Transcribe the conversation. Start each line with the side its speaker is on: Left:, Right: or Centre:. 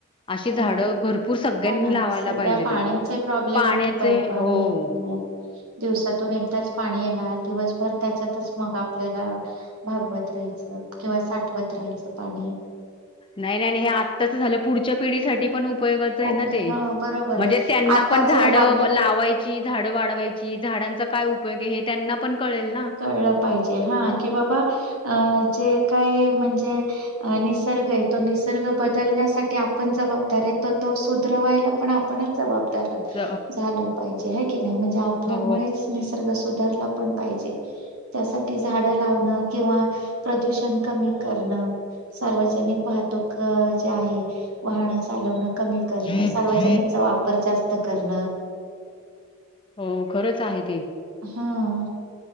Left: अशी
Right: बरं
Left: झाडं भरपूर सगळ्यांनी
Right: हो ना
Left: लावायला
Right: सध्या
Left: पाहिजेलत.
Right: पाण्याचे प्रॉब्लेम
Left: पाण्याचे
Right: खूप आहे
Left: हो.
Right: पाणी येत नाही. दिवसातून एकदाच पाणी येणार. दिवसभर त्याच्यातच मग आपल्याला भागवत त राहायचं, किंवा साठवत त्रायचं पाणी.
Left: नाई-नाई-नाई हे आत्ताचं झालं, पुढच्या पिढीसाठी पण उप उपयोगाचं आहे
Right: ओके
Left: ना ते.
Right: हा बरोबर
Left: म्हणजे
Right: आहे
Left: त्यांना
Right: आताच
Left: पण झाडं
Right: हे हालत
Left: लावायची झाडं वाढवायची झाडां ता काय उपयोगे हे त्यांना पण कळेल ना.
Right: कळलं पाहिजे. हां की बाबा अ चे काय म्हणजे निसर्ग हय तो निसर्ग बदलण्यासाठी आपण जबाबदार आय त तो सुधरवायला पण आपणच जबाबदार
Left: ज
Right: झालं पाहिजे हाय की नई म्हणजे आपल्यामुळेच
Left: हो
Right: निसर्ग सो धरला पण पाहिजे. त्यासाठी झाडं लावणं किंवा प्रदूषण कमी करणं, सार्वजनिक वाहतूक जे आहे वाहनं चालवणं. कमी करणं.
Left: हो.
Right: सार्वजनिकचा वापर जास्त त करणं
Left: हो, खरंच आहे ते.
Right: हां